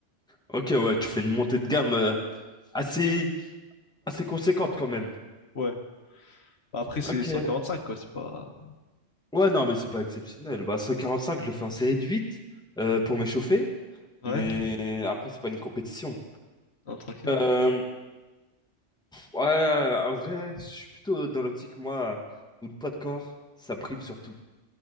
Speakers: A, in the centre; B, on the left (about 65°).
A: Ok, ouais, tu fais une montée de gamme euh, assez, assez conséquente quand même.
B: Ouais. Bah, Après, c'est
A: Ok.
B: 145, quoi. C'est pas...
A: Ouais, non, mais c'est pas exceptionnel. Bah, 145, je le fais en série de 8 euh, pour m'échauffer.
B: Ouais,
A: Mais après, c'est pas une compétition.
B: non, tranquille.
A: Euh, ouais, en vrai, je suis plutôt dans l'optique, moi, où le poids de corps, ça prime surtout.